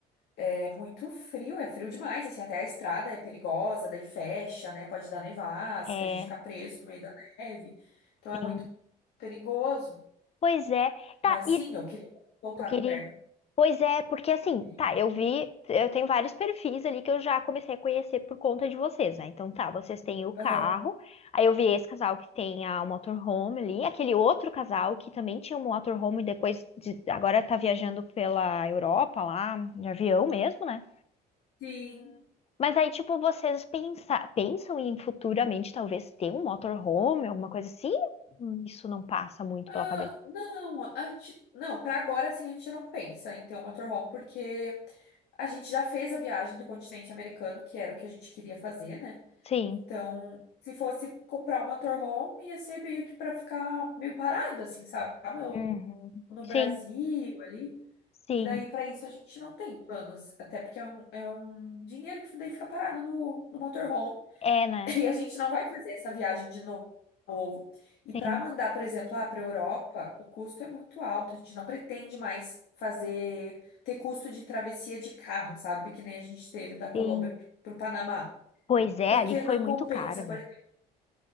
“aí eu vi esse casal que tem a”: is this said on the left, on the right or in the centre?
Left